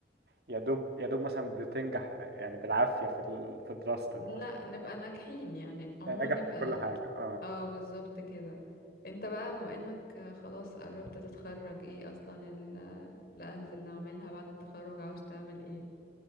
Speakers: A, on the right; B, on the left.
A: يا دوب يا دوب مثلا بتنجح يعني بالعافية في ال- في دراستك
B: لا نبقى ناجحين يعني عموما
A: يعني نجح
B: نبقى
A: في كل حاجة اه
B: اه بالظبط كده انت بقى بما انك خلاص قربت تتخرج ايه اصلا ال- البلانز اللي عاملها بعد التخرج عاوز تعمل ايه